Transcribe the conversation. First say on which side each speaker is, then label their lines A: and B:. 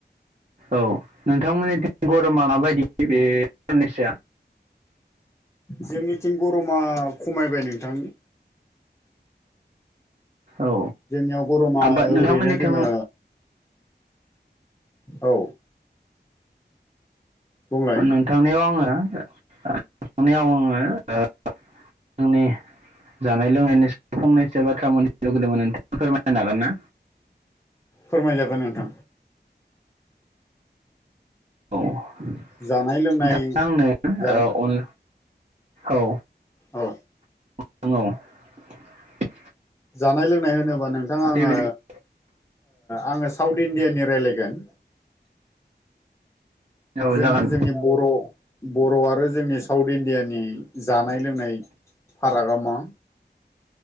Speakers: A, on the right (about 40°); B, on the left (about 15°).
A: औ नोंथांमोननि गरमा माबायदि बे साननैसोआ? <inaudible>
B: जोंनिथिं गरमा खमायबाय नोंथां।
A: औ
B: जोंनियाव गरमा
A: आबाद नोंथांमोननिथिं
B: ओरैनो जोङो औ। बुंलाय
A: नोंथांनियाव आङो नोंथांनियाव आङो <unintelligible> जानाय लोंनायनि फंनैसो बाथ्रा बुंनो लुुबैदोंमोन नोंथां फोरमायनो हागोन ना?
B: फोरमायजागोन नोंथां।
A: औ नोंथाङा
B: जानाय लोंनाय
A: आंनो
B: जानाय
A: अन औ।
B: औ।
A: <inaudible>
B: जानाय लोंनाय होनोबा नोंथा आङो
A: दे बिदिब्ला
B: आङो साउथ इण्डियानि रायलायगोन।
A: औ
B: जोङो
A: जागोन
B: जोंनि बर' बर' आरो जोंनि साउथ इण्डियानि जा जानाय लोंनाय फारागा मा?